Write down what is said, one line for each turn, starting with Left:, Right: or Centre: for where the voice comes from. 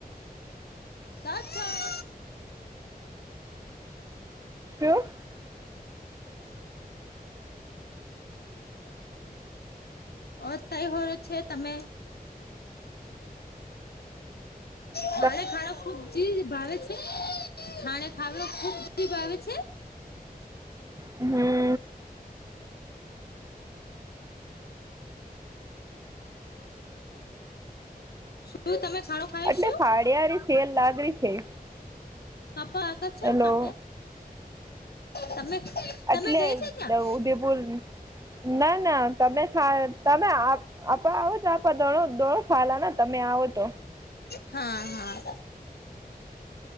Left: તત
Right: શું
Left: ઓ તઈ હો છે તમે
Right: ત
Left: છાણે ખારા ખુબ જી ભાવે છે છાણે ખાવ ખુબ જી ભાવે છે
Right: હમ
Left: શું તમે ખાણો ખાય
Right: એટલે
Left: શું
Right: સાડિયાની સેલ લાગણી છે
Left: કાપા આગળ છે
Right: હેલો
Left: કાપે તમે તમે
Right: એટલે
Left: ગયા છે ક્યાં
Right: ઉદયપુર ના ના તમે તમે આપ આવોજ આપ દો, દોણો ખાલાના તમે આવો તો.
Left: હા, હા.